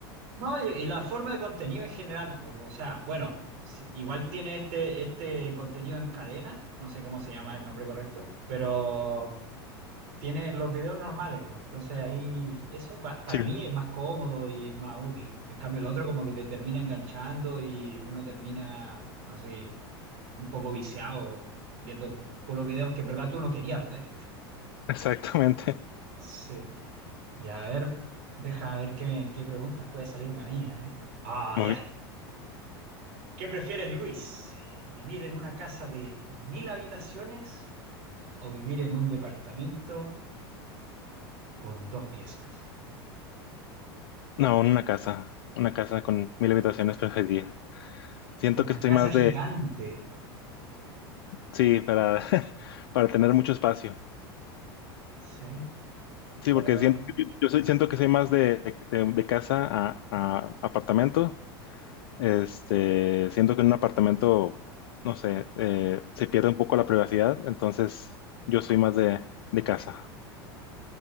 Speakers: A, on the right; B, on the left.
A: No, y, y la forma de contenido en general, pues, o sea, bueno, si- igual tiene este, este contenido en cadena, no sé cómo se llama el nombre correcto, pero tiene los videos normales, pues, entonces ahí eso pa- para
B: Sí,
A: mí es más cómodo y es más útil. En cambio, el otro como que te termina enganchando y uno termina, no sé, un poco viciado viendo puros videos que en verdad tú no querías ver.
B: <laughs> exactamente.
A: Sí, ya, a ver, deja ver qué, qué preguntas puede salirme a mí, ¿eh? Ah,
B: Muy-
A: ya.
B: bien.
A: ¿Qué prefieres, Luis? ¿Vivir en una casa de mil habitaciones o vivir en un departamento con dos piezas?
B: no, una casa, una casa con mil habitaciones preferiría. Siento
A: Una
B: que estoy
A: casa
B: más de,
A: gigante,
B: sí, para, <laughs> para tener mucho espacio.
A: ¿sí?
B: Sí,
A: Pero
B: porque siento, yo soy, siento que soy más de, de, de casa a, a apartamento Este, siento que en un apartamento, no sé, eh, se pierde un poco la privacidad, entonces yo soy más de, de casa.